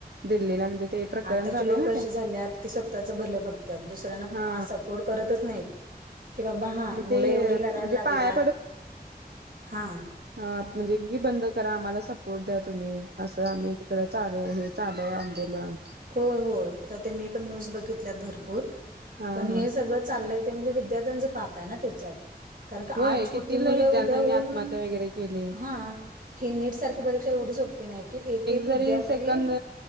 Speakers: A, on the right (about 85°); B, on the right (about 55°).
A: दिल्लीला म्हणजे ते प्रकरण
B: आताचे
A: झालंय
B: लोक
A: ना
B: असे
A: ते
B: झाल्यात की स्वतःच भलं बघत्यात दुसऱ्यांना
A: हा
B: सपोर्ट करतच नाहीत. कि बाबा हा
A: मग
B: मुलं
A: ते
B: एवढी
A: म्हणजे
B: लढायला लागल्यात,
A: पाया
B: हा.
A: हा म्हणजे की बंद करा आम्हाला सपोर्ट द्या तुम्ही असं आम्ही तिकडं चालू आहे हे चालू आहे आंदोलन.
B: होय होय आता ते मी पण न्यूज बघितल्यात भरपूर
A: हा
B: पण हे
A: हा
B: सगळं चाललंय ते म्हणजे विद्यार्थ्यांचं पाप आहे ना तेच्यात कारण का
A: होय
B: आज छोटी
A: किती
B: मुलं
A: लय विद्यार्थ्यांनी
B: उद्या होऊन
A: आत्महत्या वगैरे केली
B: हा ही नीट सारखी परीक्षा एवढी सोपी नाही की एक एक विद्यार्थी
A: जरी सेकंद